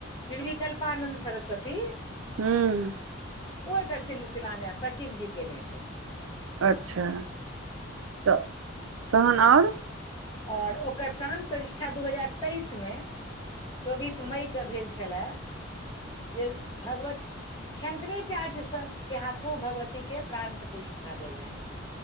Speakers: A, on the left (about 25°); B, on the right (about 85°).
A: निरविकल्पानन्द सरस्वती
B: हूँ
A: ओ एकर सिल सिलान्यास सचिव जी केने छथिन।
B: अच्छा तऽ तहन आओर
A: आओर ओकर प्राण प्रतिष्ठा दू हजार तेइस मे चौबीस मईके भेल छलए जे भगवत शंकरेचार्य सभ के हाथो भगवतीके प्राण प्रतिष्ठा भेलनि